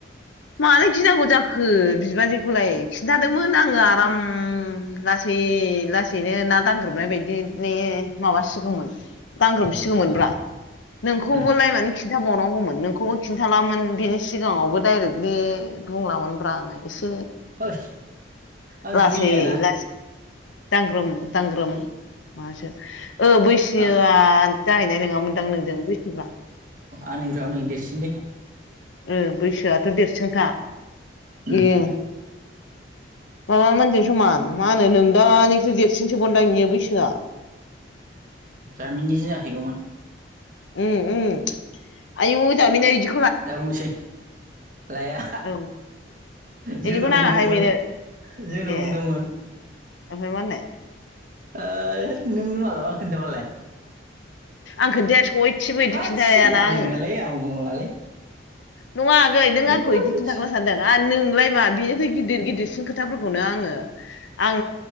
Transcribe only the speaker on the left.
मानो गिनांगौ जाखो बिबाजै? खौलाय खिन्थादोंमोन आङो आराम लासै लासैनो ना दांग्रोबनाय बायदि ने माबासिगौमोन दांग्रोमसिगौमोनब्रा नोंखौबोलाय
मानो खिन्थाबावनांगौमोन नोंखौबो खिन्थालामोन बिनि सिगाङावबो डाइरेक्टलि बुंला मोन ब्रा आङो एसे
लासै
लासै दांग्रोम दांग्रोम मासो ओ बैसोआ
जाहैनाय नोङामोनदां नोंजों बैसोफ्रा
ओ बैसोआथ' देरसिनखा
एयो माबा मोनजों समान मा होनो नोंदा निख्रुइ देरसिनसोबावनदां इयो‌ बैसोआ
उम उम आयु जामिनिया‌‌इदि
औ
इदिखौ नाङाहाय
बेनो
ए
ओमफ्राय मा होननाय
आं खोन्थाया सयथिबो बिदि
खिन्थायाना
आङो
नङा आगै नों आंखौ
इदि खिथाग्रा सानदों आं नोंलाय मा बेनिख्रइ गिदिर गिदिरसिन ख खोथाफोरखौनो आङो आं